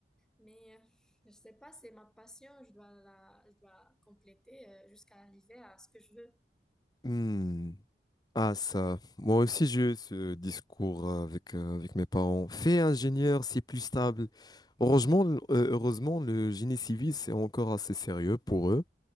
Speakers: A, in the centre; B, on the left.
A: Mais euh, je sais pas, c'est ma passion, je dois la, je dois la compléter euh, jusqu'à arriver à ce que je veux.
B: Hmm. Ah ça, moi aussi j'ai eu ce discours euh, avec, euh, avec mes parents. Fais ingénieur, c'est plus stable. Heureusement, le- euh, heureusement, le génie civil, c'est encore assez sérieux pour eux.